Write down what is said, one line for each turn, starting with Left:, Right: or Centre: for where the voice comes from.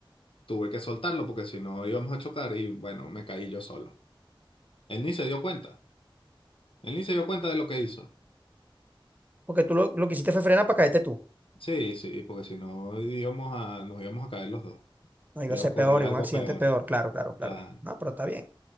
Left: Tuve que soltarlo porque si no íbamos a chocar y bueno, me caí yo solo. Él ni se dio cuenta. Él ni se dio cuenta de lo que hizo.
Right: porque tú lo, lo que hiciste fue frenar para caerte tú.
Left: Sí, sí, porque si no íbamos a, nos íbamos a caer los dos.
Right: No iba
Left: Iba
Right: a ser
Left: a ocurrir
Right: peor
Left: algo
Right: y un accidente
Left: peor.
Right: peor, claro, claro, claro.
Left: Claro.
Right: No, pero está bien.